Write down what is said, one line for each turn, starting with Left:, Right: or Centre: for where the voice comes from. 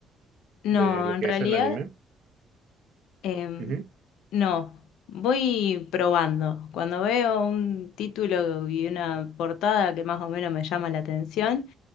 Left: No,
Right: de lo
Left: en
Right: que
Left: realidad,
Right: es el anime.
Left: em,
Right: Ujú,
Left: no. Voy probando. Cuando veo un título y una portada que más o menos me llama la atención,